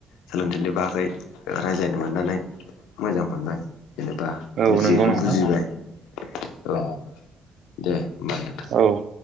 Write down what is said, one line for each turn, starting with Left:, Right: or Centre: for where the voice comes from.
Left: सोलोंथिनो बाखै रायज्लानो मोननानै मोजां मोनबाय जेनेबा
Right: औ
Left: बुजियैखौ
Right: नंगौ नोंथां
Left: बुजिबाय औ दे होनबा नोंथां
Right: औ